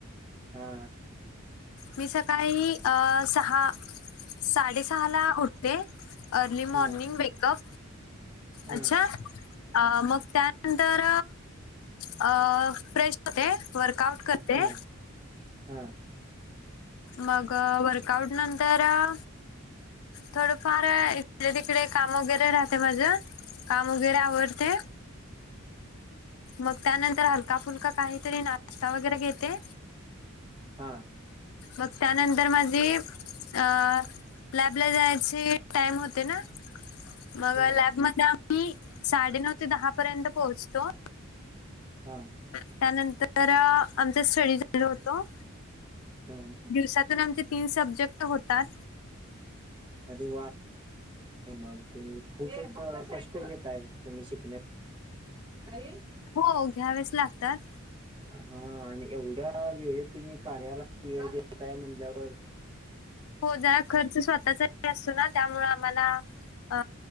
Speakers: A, on the right; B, on the left.
A: हा
B: मी सकाळी सहा साडेसहा ला उठते. अर्ली
A: हा
B: मॉर्निंग वेकअप
A: हा
B: अच्छा अ मग त्यानंतर अ फ्रेश होते. वर्कआउट करते.
A: हा हा
B: मग वर्कआउट नंतर अअ थोडंफार इकडे तिकडे काम वगैरे राहते माझ. काम वगैरे आवरते. मग त्यानंतर हलका फुलका काहीतरी नाश्ता वगैरे घेते.
A: हा
B: मग त्यानंतर माझी अ लॅबला जायचे टाइम होते ना, मग
A: हा
B: लॅबमध्येध्ये आम्ही साडेनऊ ते दहा पर्यंत पोहचतो.
A: हा
B: त्यानंतर आमचा स्टडी चालू होतो.
A: हम हम
B: दिवसातून आमचे तीन सब्जेक्ट होतात.
A: <unintelligible> गोष्ट आहे मग तुम्ही खूप कष्ट घेताय तुम्ही शिकण्यासाठी. काही
B: हो घ्यावेस लागतात.
A: हा आणि एवढ्या वेळेत तुम्ही कार्यालाही वेळ देताय म्हणल्यावर.
B: हो जरा खर्च स्वतःचा ही असतो ना त्यामु आम्हाला अ